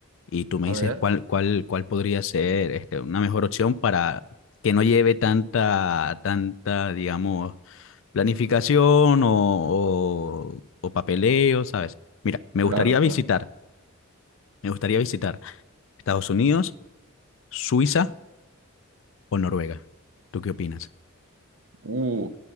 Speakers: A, on the left; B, on the right.
A: y tú me
B: A
A: dices
B: ver,
A: cuál, cuál, cuál podría ser este, una mejor opción para que no lleve tanta, tanta, digamos, planificación o, o, o papeleo, ¿sabes? Mira, me
B: claro,
A: gustaría
B: claro.
A: visitar, me gustaría visitar Estados Unidos, Suiza o Noruega? ¿Tú qué opinas?
B: Uh,